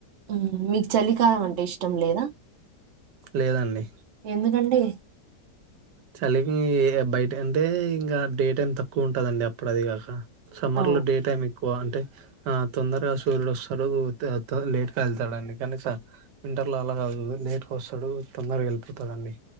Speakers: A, on the right; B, on the right.
A: ఉ మీకు చలికాలం అం ఇష్టం లేదా
B: లేదండి
A: ఎందుకండి
B: చలికి బయట అంటే ఇంకా డే టైం తక్కువ ఉంటది అండి అప్పుడు అది కాక సమ్మర్
A: ఆ
B: లో డే టైమ్ ఎక్ ఎక్కువ అంటే ఆ తొందరగా సూర్యుడు వస్తాడు, త త లేటుగా వెళ్తాడండి, కనీక వింటర్ లో అలా కాదు లేట్గా వస్తాడు తొందరగా వెళ్ళిపోతాదండి.